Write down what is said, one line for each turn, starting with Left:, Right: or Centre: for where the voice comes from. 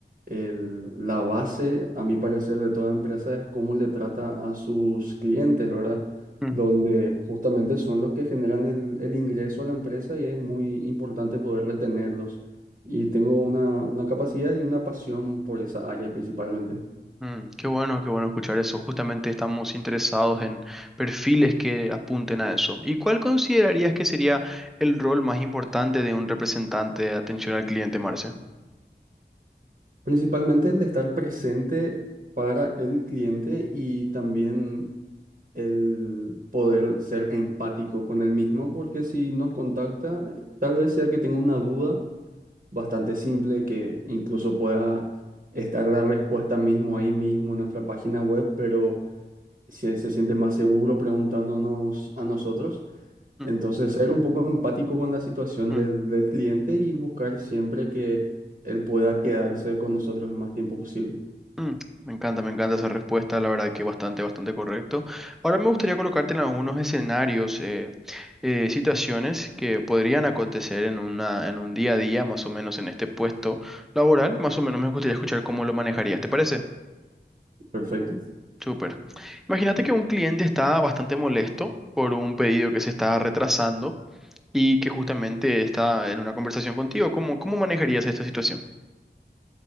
Right: el- la base, a mi parecer, de toda empresa es cómo le trata a sus clientes, ¿verdad?
Centre: Mm.
Right: Donde justamente son los que generan el, el ingreso a la empresa y es muy importante poder retenerlos. Y tengo una, una capacidad y una pasión por esa área principalmente.
Centre: Mm, qué bueno, qué bueno escuchar eso. Justamente estamos interesados en perfiles que apunten a eso. ¿Y cuál considerarías que sería el rol más importante de un representante de atención al cliente, Marce?
Right: Principalmente el estar presente para el cliente y también el poder ser empático con el mismo, porque si nos contacta, tal vez sea que tenga una duda bastante simple, que incluso pueda estar la respuesta mismo ahí mismo en nuestra página web, pero si él se siente más seguro preguntándonos a nosotros. Entonces,
Centre: Mm,
Right: ser un poco empático con la situación
Centre: mm,
Right: del, del cliente y buscar siempre que él pueda quedarse con nosotros el más tiempo posible.
Centre: mm. Me encanta, me encanta esa respuesta, la verdad que bastante, bastante correcto. Ahora me gustaría colocarte en algunos escenarios, eh, eh, situaciones que podrían acontecer en una, en un día a día, más o menos en este puesto laboral. Más o menos me gustaría escuchar cómo lo manejarías, ¿te parece?
Right: Perfecto.
Centre: Súper. Imagínate que un cliente está bastante molesto por un pedido que se está retrasando y que justamente está en una conversación contigo. ¿Cómo, cómo manejarías esta situación?